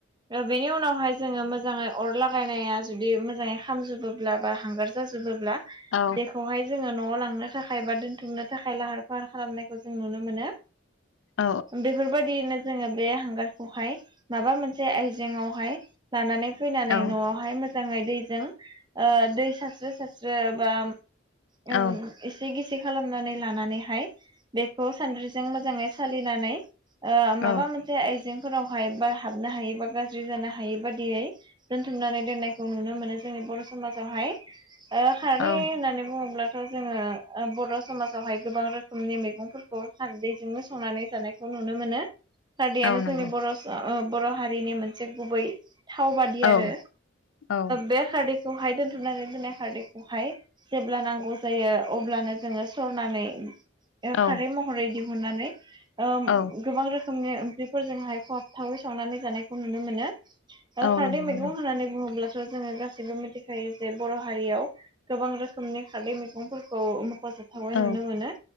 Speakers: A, on the right (about 20°); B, on the left (about 75°).
A: ओ बेनि उनावहाय जोङो मोजाङै अर लागायनाया जुदि मोजाङै खामजोबोब्ला बा हांगार जाजोबोब्ला
B: औ।
A: बेेखौहाय जोङो न'आव लांनो थाखाय बा दोनथुमनो थाखाय लाहार फाहार खालामनायखौ जों नुनो मोनो।
B: औ
A: बेफोरबायदिनो जोङो बे हांगारखौहाय माबा मोनसे आयजेेङावहाय लानानै फैनानै
B: औ
A: न'आवहाय मोजाङै दैजों ओ दै सारस्रो सास्रो बा ओ
B: औ
A: एसे गिसि खालामनानै लानानैहाय बेखौ सानद्रिजों जों मोजाङै सालिनानै, ओ
B: औ
A: माबा मोनसे आय जेंफोरावहाय बा हाबनो हायै बा गाज्रि जानो हायै बादियै दोनथुमनानै दोननायखौ नुनो मोनो जोंनि बर' समाजावहाय। ओ खारै
B: औ
A: होननानै बुङोब्लाथ' जोङो ओ बर' समाजावहाय गोबां रोखोमनि मैगंफोरखौ खारदैजोंनो संनानै जानायखौ नुनो मोनो। खारदैयानो
B: औ नंगौ
A: जोंनि बर' स ओ बर' हारिनि मोन से गुबै थाव बादि
B: औ
A: आरो।
B: औ
A: बे खारदैखौहाय दोनथुमनानै दोन्नाय खारदैखौहाय जेब्ला नांगौ जायो अब्लानो जोङो सरनानै ओ
B: औ
A: खारै महरै दिहुननानै ओ
B: औ
A: गोबां रोखोमनि ओंख्रिफोरजोंहाय खहाब थावै संनानै जानायखौ नुनो मोनो। दा
B: औ
A: खारदै
B: नंगौ नंगौ
A: मैगं होननानै बुङोब्लाथ' जोङो गासै बो मिथिखायो जे बर' हारियाव गोबां रोखोमनि खारदै मैगंफोरखौ फोजोबथावै
B: औ
A: नुनो मोनो।